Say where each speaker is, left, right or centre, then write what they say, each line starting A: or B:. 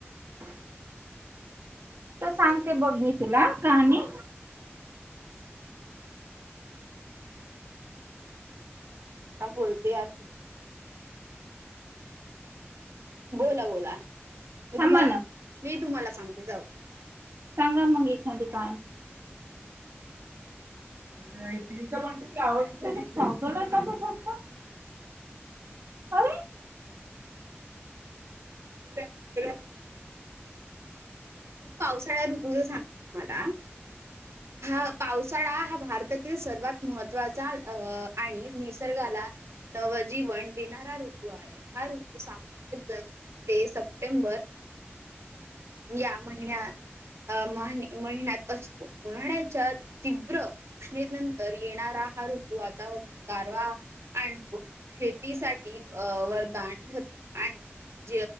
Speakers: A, on the right; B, on the right.
A: तर सांगते बघ मी तुला कहाणी.
B: ह बोलते यार तु. बोला बोला मी
A: थांबा
B: तुम्हाला
A: ना.
B: मी तुम्हाला सांगित जाऊद्या.
A: सांगा मगी खांली काय. णीच म्हणत त आवच. बोला तप ोडस अरे.
B: ऐका मी पावसाळ्या ऋतूचा सांगतेो तुम्हाला. हा पावसाळा हा भारतातील सर्वात महत्वाचा. अ आणि निसर्गाला. नवजीवन देणारा ऋतू आहे हा ऋतू सामान्य जण. ते सप्टेंबर. या महिन्याहि महिन्यात असतो. उन्हाळ्याच्या तीव्र उष्णेनंतर येणारा हा ऋतू वातावरणात गारवा. आण तो शेतीसाठी अ वरदान ठरतो आणि. ज